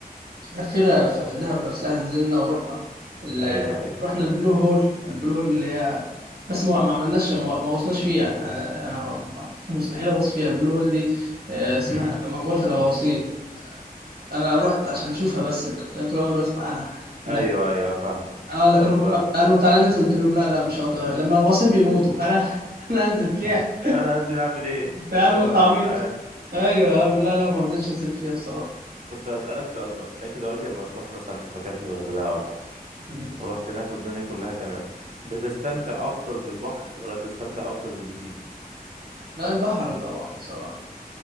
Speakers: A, on the right; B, on the right.
A: لفينا في في دهب نفسها نزلنا ورحنا ال-
B: ايوه ايوه
A: رحنا
B: فاهم
A: البلو هول البلو هول اللي هي بس ما ما عملناش ما ما غوصناش فيها انا أنا مستحيل اغوص فيها البلو هول دي آه، اسمها
B: <laughs>
A: مقبره الغواصين انا رحت عشان اشوفها بس ك- كان طول عمري بسمع عنها
B: <coughs>
A: لك
B: ايوه ايوه فاهمك
A: اه لكن
B: طب
A: هم قالوا تعالى ننزل قلت لهم لا لا مش هقدر لما الغواصين بيموتوا انا <laughs> انا انزل فيها
B: <laughs> انا هنزل اعمل ايه
A: يا
B: اللي
A: عم
B: هو
A: انت
B: يا
A: عبيط
B: جدعان
A: ايوه يا عم لا لا ما رضيتش انزل فيها بصراحه
B: كنت هسألك سؤال بقى انت دلوقتي لما تروح مثلا مكان في الغردقه ولا
A: مم.
B: ورحت هناك والدنيا كلها تمام بتستمتع اكتر بالبحر ولا بتستمتع اكتر بالبسين
A: لا البحر طبعا بصراحه